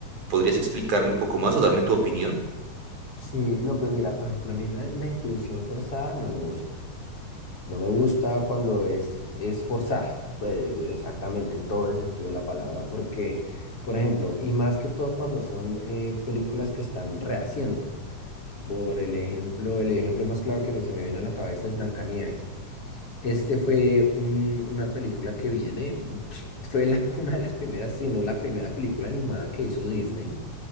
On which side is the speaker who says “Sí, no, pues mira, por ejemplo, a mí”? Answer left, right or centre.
Left